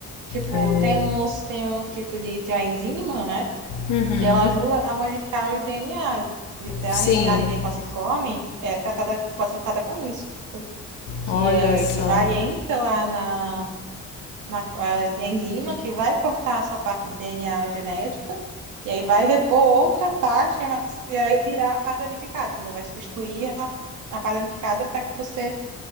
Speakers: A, on the right (about 80°); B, on the left (about 90°).
A: Tipo,
B: É.
A: tem uns, tem um tipo de, tem uma enzima, né?
B: Uhum.
A: Que ela ajuda a modificar o DNA. Até
B: Sim.
A: a ane- a anemia calciforme é tratada, pode ser tratada com isso. Que
B: Olha
A: é,
B: só.
A: ele vai, entra lá na, na, a enzima que vai cortar essa parte de DNA genética, e aí vai repor outra parte, mas, e aí tirar a parte danificada, entendeu? Vai substituir a, a parte danificada para que você